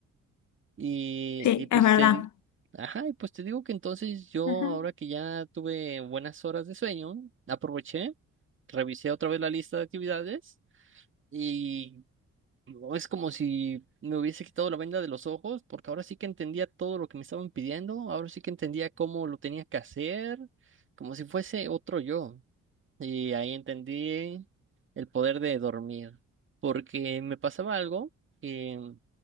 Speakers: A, on the right (about 40°); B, on the left (about 70°).
A: Y,
B: Sí,
A: y pues
B: es verdad.
A: te di- Ajá, y pues te digo que entonces yo,
B: Ujú.
A: ahora que ya tuve buenas horas de sueño, aproveché, revisé otra vez la lista de actividades y no, es como si me hubiese quitado la venda de los ojos, porque ahora sí que entendía todo lo que me estaban pidiendo, ahora sí que entendía cómo lo tenía que hacer, como si fuese otro yo. Y ahí entendí el poder de dormir, porque me pasaba algo que